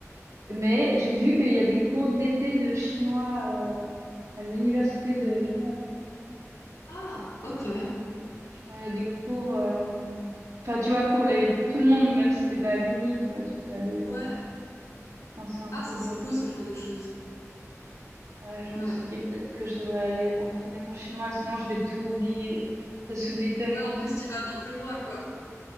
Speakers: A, on the right; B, on the left.
A: mais j'ai vu qu'il y a des cours d'été de chinois euh, à l'université de Genève.
B: Ah, ok.
A: Genre, il y a des cours, euh, enfin, tu vois, pour les, pour tout le monde, même si t'es pas à l'uni, tu vois, tu peux aller. euh,
B: Ouais.
A: Enfin, c'est un
B: Ah,
A: cours
B: ça,
A: de.
B: c'est cool, ce genre de choses.
A: Ouais, je
B: Ouais.
A: me suis dit peut-être que je devrais aller entraîner mon chinois, sinon je vais tout oublier. Ça s'oublie tellement
B: Ouais, en
A: vite.
B: plus, tu vas dans deux mois, quoi.